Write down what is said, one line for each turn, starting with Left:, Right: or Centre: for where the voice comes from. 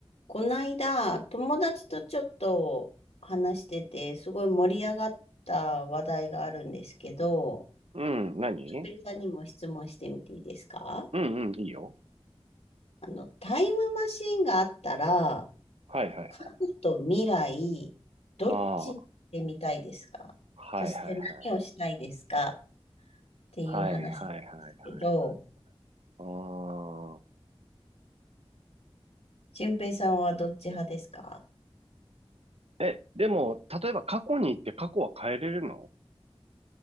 Left: こないだ、友達とちょっと話してて、すごい盛り上がった話題があるんですけど、
Right: うん、何
Left: しょっぺいさんにも質問してみていいですか
Right: うんうん、いいよ。
Left: あの、タイムマシンがあったら、
Right: はいはいはい。
Left: 過去と未来、どっち行ってみたいですかそして何をしたいですかっ
Right: ああ、はいはいはい。
Left: ていう話ですけど、
Right: はいはいはいはいはい。ああ。
Left: しゅんぺ平さんはどっち派ですか
Right: え、でも、例えば過去に行って過去は変えれるの